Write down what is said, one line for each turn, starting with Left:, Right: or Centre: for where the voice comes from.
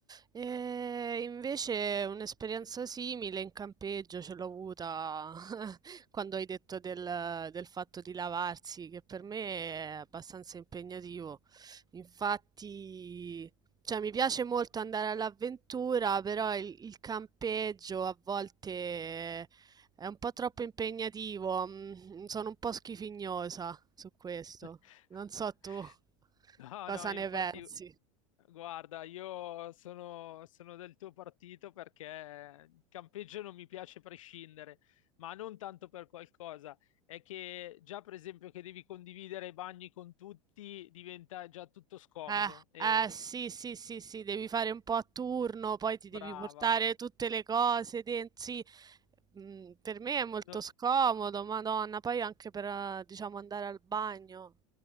Right: E invece un'esperienza simile in campeggio ce l'ho avuta <laughs> quando hai detto del, del fatto di lavarsi, che per me è abbastanza impegnativo. Infatti, cioè, mi piace molto andare all'avventura, però il, il campeggio a volte è un po' troppo impegnativo. mm, Sono un po' schifignosa su questo.
Left: <laughs>
Right: Non so tu
Left: No,
Right: cosa
Left: no, infatti,
Right: ne pensi.
Left: guarda, io sono, sono del tuo partito perché il campeggio non mi piace prescindere, ma non tanto per qualcosa. È che già, per esempio, che devi condividere i bagni con tutti diventa già tutto scomodo.
Right: Eh,
Left: E
Right: eh, sì, sì, sì, sì, devi fare un po' a turno, poi ti devi
Left: brava.
Right: portare tutte le cose dentro. Sì, Mm, per me è molto
Left: No,
Right: scomodo, Madonna, poi anche per, eh, diciamo, andare al bagno.